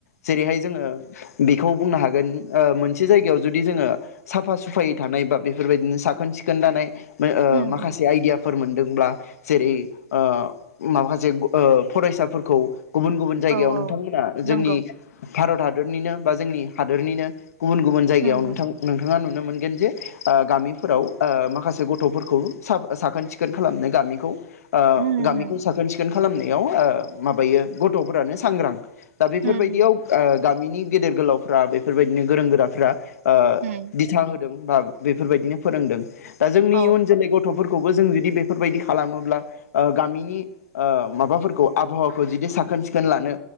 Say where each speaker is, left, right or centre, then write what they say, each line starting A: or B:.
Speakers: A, on the left (about 80°); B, on the right (about 60°).
A: जेरैहाय जोङो बेखौ बुंनो हागोन ओ- मोनसे जायगायाव जुदि जोङो साफा सुफायै थानाय बा बेफोरबायदिनो साखोन सिखोन थानाय। <inaudible> ओ
B: उम
A: माखासे आयदियाफोर मोन । दोंब्ला । जेरै ओ माखासे ओ फरायसाफोरखौ । गुबुन गुबुन जायगायाव
B: औ औ
A: नोंथांमोना
B: नंगौ
A: जोंनि । भारत हादरनिनो बा जोंनि हादोरनिनो गुबुन गुबुन जायगायाव
B: होम
A: नोंथां
B: होम
A: नोंथाङा नु नुनो मोनगोन जे ओ गामिफोराव ओ माखासे गथ'फोरखौ साफ ओ साखोन सिखोन खालामनो गामिखौ ओ
B: उम होम
A: गामिखौ
B: होम
A: साखोन सिखोन खालामनायाव ओ माबायो गथ'फोरानो सांग्रां दा बेफोरबायदियाव
B: होम
A: ओ गामिनि गेदेर गोलावफ्रा बेफोरबायदिनो गोरों गोराफ्रा ओ
B: होम
A: दिथा हो दों बा बेफोरबायदिनो फोरोंदों दा जोंनि
B: औ
A: इउन जोलै गथ'फोर खौबो जों जुदि बेफोरबायदि खालामो ब्ला ओ गामिनि ओ माबाफोरखौ आबहावाखौ जुदि साखोन सिखोन लानो